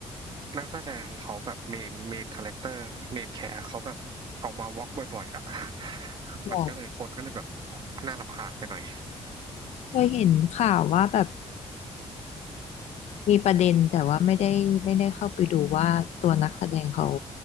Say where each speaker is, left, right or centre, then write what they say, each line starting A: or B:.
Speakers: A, on the right; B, on the left.
A: นักแสดงเขาแบบเมนเมนคาแรคเตอร์เมนแคร์เขาแบบออกมาวอล์กบ่อยๆอ่ะ <laughs>
B: บอก
A: มันก็เลยคนก็เลยแบบน่ารำคาญไปหน่อย
B: เคยเห็นข่าวว่าแบบมีประเด็นแต่ว่าไม่ได้ไม่ได้เข้าไปดูว่าตัวนักแสดงเขา